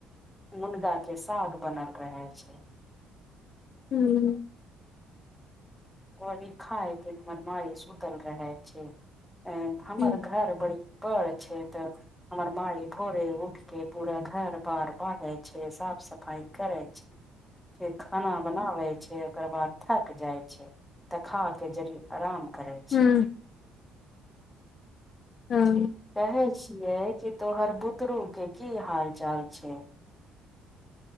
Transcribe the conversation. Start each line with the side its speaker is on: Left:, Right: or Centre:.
Centre: मुनगा के साग बनल रहै छै।
Left: हूं
Centre: कोबी खाय के हमर माइ सुतल रहै छै, ए हमर
Left: हूँ
Centre: घर बड़ी पर छै त हमर माइ भोरे उठ के पूरा घर बार बाहरे छै, साफ सफाई करै छै। फिर खाना बनाबै छै, ओकर बाद थक जाय छै। त खा के जरी अराम करै
Left: हूँ
Centre: छै।
Left: हाँ।
Centre: कहै छियै जे तोहर बुतरू के की हाल चाल छै।